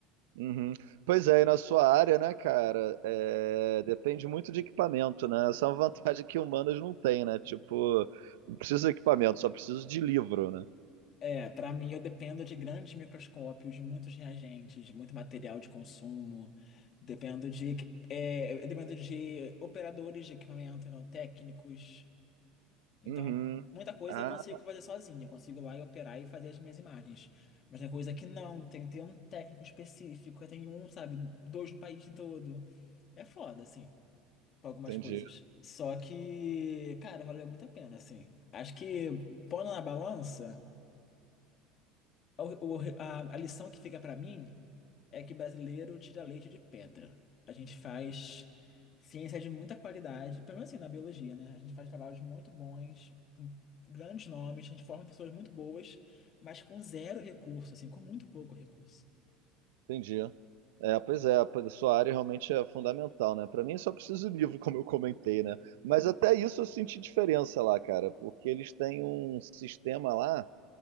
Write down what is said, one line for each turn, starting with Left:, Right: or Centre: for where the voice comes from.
Right: Uhum. Pois é, e na sua área, né, cara, é, depende muito de equipamento, né? Essa é uma vantagem que humanas não tem né? Tipo, não preciso de equipamento, só preciso de livro, né?
Left: É, para mim eu dependo de grandes microscópios, de muitos reagentes, de muito material de consumo. Dependo de, equi- é, eu dependo de operadores de equipamento, então técnicos. Então,
Right: Uhum.
Left: muita coisa
Right: Ah,
Left: eu consigo fazer sozinho. Eu consigo ir lá e operar e fazer as minhas imagens. Mas tem coisa que não, tem que ter um técnico específico, tem um, sabe, dois no país todo. É foda, assim, pra algumas
Right: entendi,
Left: coisas. Só que, cara, valeu muito a pena, assim. Acho que pondo na balança. É O- o- a, a lição que fica para mim é que brasileiro tira leite de pedra. A gente faz ciência de muita qualidade, pelo menos assim na biologia, né? A gente faz trabalhos muito bons, com grandes nomes, a gente forma pessoas muito boas, mas com zero recurso, assim, com muito pouco recurso,
Right: entendi. É, pois é, pois a sua área realmente é fundamental, né? Pra mim só preciso de livro, <laughs> como eu comentei,
Left: né?
Right: né? Mas até isso eu senti diferença lá, cara, porque eles têm um sistema lá.